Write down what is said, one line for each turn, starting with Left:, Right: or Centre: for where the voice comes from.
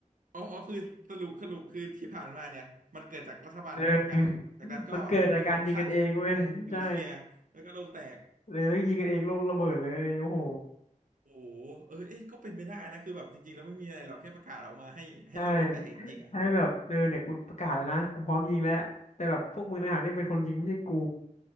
Right: อ๋ออ๋อคือสรุปสรุปคือที่ผ่านมาเนี่ยมันเกิดจากรัฐบาลมันประกาศจากนั้นก็มีคนคลั่ง
Left: <laughs> เออมันเกิดจากการยิงกันเองเว้ยใช่
Right: ยิงนิวเคลียร์แล้วก็โลกแตก
Left: เลยแล้วยิงกันเองโลกระเบิดเลยโอ้โห
Right: โอ้โหเออเอ้ยก็เป็นไปได้นะ คือแบบจริงๆแล้วไม่มีอะไรหรอกแค่ประกาศออกมาให้ให้โลกมันแตกจริงๆอ่ะ
Left: ใช่ใช่แบบเออเนี่ยกูประกาศแล้วนะกูพร้อมยิงแล้วแต่แบบพวกมึงต่างหากที่เป็นคนยิงไม่ใช่กู
Right: โอ้โ